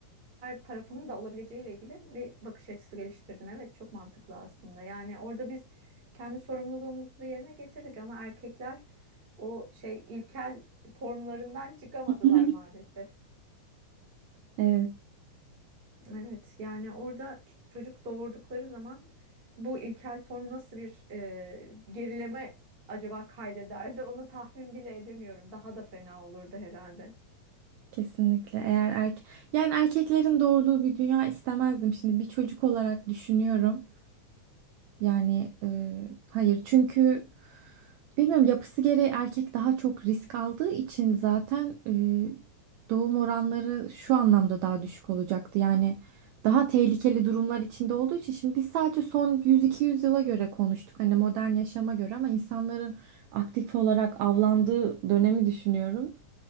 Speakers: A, on the right; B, on the right.
A: tarafının da olabileceğiyle ilgili bir bakış açısı geliştirdin. Evet, çok mantıklı aslında. Yani orada biz kendi sorumluluğumuzu yerine getirdik ama erkekler o şey ilkel formlarından çıkamadılar
B: <laughs>
A: maalesef.
B: Evet.
A: Evet yani orada çocuk doğurdukları zaman bu ilkel form nasıl bir e, gerileme acaba kaydederdi onu tahmin bile edemiyorum. Daha da fena olurdu herhalde.
B: Kesinlikle eğer erkek yani erkeklerin doğurduğu bir dünya istemezdim şimdi bir çocuk olarak düşünüyorum. Yani e, hayır çünkü bilmiyorum yapısı gereği erkek daha çok risk aldığı için zaten e, doğum oranları şu anlamda daha düşük olacaktı. Yani daha tehlikeli durumlar içinde olduğu için şimdi biz sadece son 100-200 yıla göre konuştuk. Hani modern yaşama göre ama insanların aktif olarak avlandığı dönemi düşünüyorum.